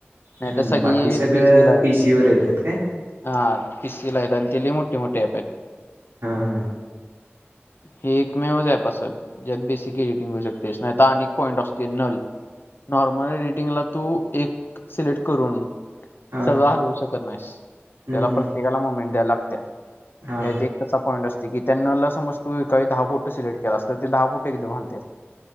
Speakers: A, on the left; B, on the right.
A: नाही
B: हम्म
A: तर सगळे
B: बाकी सगळं
A: पीसी ला आहे.
B: वर येतात काय
A: हा पीसी ला आहेत आणि ते लय मोठे मोठे अँप आहेत.
B: हा हा.
A: हे एक मेवच अँप असेल ज्यात बेसिक एडिटिंग होऊ शकते. नाहीता अनेक पॉईंट असतील नल नॉर्मल रेटिंगला तू एक सिलेक्ट करून
B: हा
A: सगळं हलवू शकत नाहीस
B: हम्म
A: त्याला
B: हम्म
A: प्रत्येकाला मुमेंट द्यायला लागते.
B: हा
A: तसा पॉईंट असते की त्यांना समज तू एकाही दहा फुटं सिलेक्ट केला असत तर ते दहा फुटं एकदा घालते.